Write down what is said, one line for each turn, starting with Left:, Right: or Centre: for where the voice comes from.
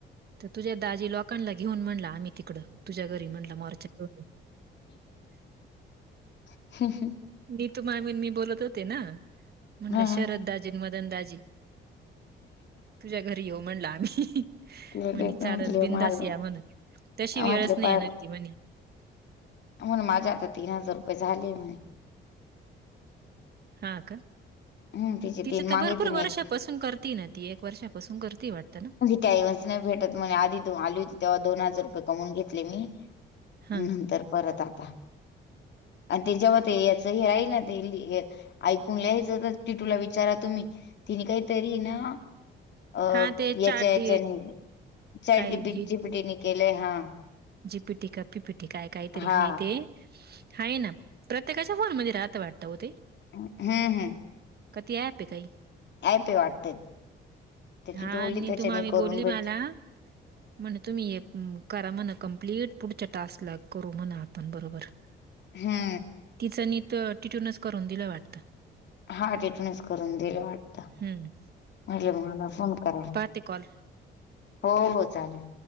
Right: तर तुझ्या दाजी लोकांला घेऊन म्हणला आम्ही तिकडं तुझ्या घरी म्हटलं मोर्चा
Left: अहं अहं.
Right: नितू मामीन मी बोलत होते ना म्हणलं
Left: हा हा
Right: शरद दाजी, मदन दाजी <inaudible> तुझ्या घरी येऊ म्हणला आम्ही.
Left: तिला
Right: म्हणे
Left: ते म्हटले
Right: चाललं बिंदास
Left: माल
Right: या म्हण तशी वेळच
Left: म्हटले
Right: नाही
Left: पाय
Right: येणार ती म्हणे
Left: म्हण माझ्या आता तीन हजार रुपये झाले म्हणे
Right: हा का?
Left: हम् तिचे
Right: तिचं
Left: तीन
Right: तर
Left: मागे
Right: भरपूर
Left: तिने
Right: वर्षापासून
Left: एक
Right: करती ना ती एक वर्षापासून करती वाटतं ना.
Left: टाईम च नाही भेटत म्हणे आधी आली होती तेव्हा दोन हजार रुपये कमवून घेतले मी.
Right: हा
Left: नंतर परत आता आणि ते जेव्हा ते याचं हे राहील ना ते ऐकून लिहायचं तर ती तुला विचारा तुम्ही तिने काहीतरी ना अ
Right: हा ते
Left: याच्या
Right: चाट
Left: याच्याने चाट
Right: काय जी
Left: जीपिटी केलंय हा.
Right: जीपीटी का पीपीटी काय काहीतरी
Left: हा
Right: आहे ते. आहे ना. प्रत्येकाच्या फोन म्हणजे राहता वाटत ओ ते?
Left: हम्म हम्म.
Right: कती आपे काही?
Left: ऍप आहे वाटतं त्याची
Right: हा.
Left: टोली
Right: नीतू
Left: त्याच्याने
Right: मामी
Left: करून
Right: बोलली
Left: भेट
Right: मला. म्हण तुम्ही ये करा म्हणा कम्प्लीट पुढच्या टास्कला करू म्हणा आपण बरोबर.
Left: हा.
Right: तिचं नीत टिटूनच करून दिलं वाटतं.
Left: हा टिटूनच करून दिलं वाटत म्हटले
Right: हम्म
Left: म मला फोन करा
Right: ते कॉल.
Left: हो हो चालेल.